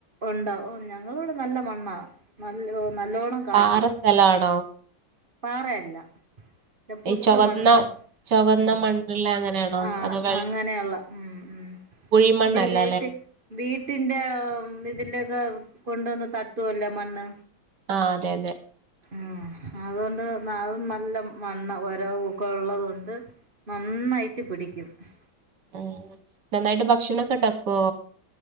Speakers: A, on the right (about 35°); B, on the right (about 60°).
A: ഉണ്ടാവും ഓ ഞങ്ങള ഇവിടെ നല്ല മണ്ണാവ നല്ല നല്ലോണ്ണം കായ്ക്കും.
B: പാറ സ്ഥലാണോ
A: പാറയല്ല എ പുട്ട്
B: ഈ ചൊകന്ന
A: മണ്ണ്
B: ചൊകന്ന
A: ഉ
B: മണ്ണുള്ള അങ്ങനെയാണോ
A: ആ
B: അതോ വെ
A: അങ്ങനെയുള്ള ഉം ഉ
B: കുഴിമണ്ണല്ല
A: നമ്മള് വീട്ടിൽ
B: അല്ലെ
A: വീട്ടിന്റെ <unintelligible> ഇതിലൊക്കെ കൊണ്ടുവന്ന് തട്ടുവല്ലോ മണ്ണ്
B: ആഹ അതെ അതെ.
A: ആഹ അതുകൊണ്ട് അത് നല്ല മണ്ണ ഒരൂക്കെ ഉള്ളതുക കൊണ്ട് നന്നായിട്ട് പിടിക് <unintelligible>
B: ഉം നന്നായിട്ട് ഭക്ഷണൊക്കെ ഇണ്ടാക്കോ?